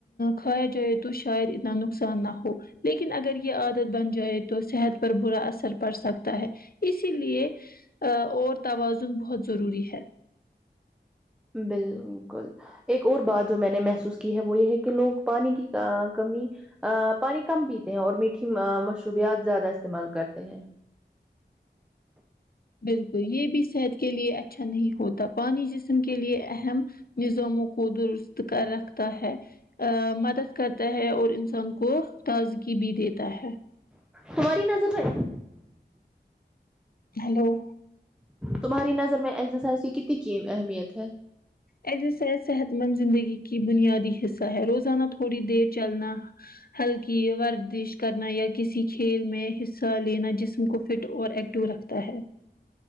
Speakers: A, on the left; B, in the centre.
A: کھایا جائے تو شاید اتنا نقصان نہ ہو لیکن اگر یے عادت بن جائے تو صحت پر برا اثر پڑ سکتا ہے اسی لیے اور توازن بہت ضروری ہے
B: بالکل ایک اور بات جو میں نے محسوس کی ہے وہ یے ہے کی لوگ پانی کی کمی آ پانی کم پیتے ہیں اور میٹھی مشروبیات زیادہ استعمال کرتے ہیں
A: بالکل یے بھی صحت کے لیے اچھا نہیں ہوتا پانی جسم کے لیے اہم نظاموں کو درست کر رکھتا ہے آ مدد کرتا ہے اور انسان کو تازگی بھی دیتا ہے
B: تماری نظر میں
A: ہیلو
B: تمہاری نظر میں ایکزرسائز کی کتنی کی اہمیت ہے
A: ایکزرسائز صحت مند زندگی کی بنیادی حصہ ہے روزانہ تھوڑی دیر چلنا ہلکی ورزش کرنا یا کسی کھیل میں حصہ لینا جسم کو فٹ اور ایک ٹو رکھتا ہے